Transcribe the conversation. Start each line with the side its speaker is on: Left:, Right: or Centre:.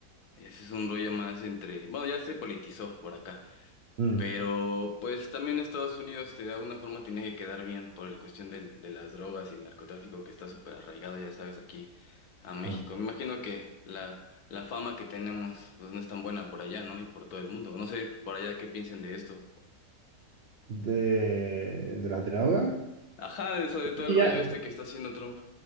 Left: ese es un rollo más entre, bueno, ya se politizó por acá.
Right: Mm.
Left: Pero pues también Estados Unidos de alguna forma tiene que quedar bien por el cuestión del- de, las drogas y el narcotráfico que está súper arraigado, ya sabes, aquí a México.
Right: No.
Left: Me imagino que la, la fama que tenemos pues no es tan buena por allá, ¿no? Y por todo el mundo. No sé por allá qué piensen de esto.
Right: De, de las drogas.
Left: Ajá, de eso, de todo el
Right: Y
Left: rollo
Right: ya-
Left: este que está haciendo Trump.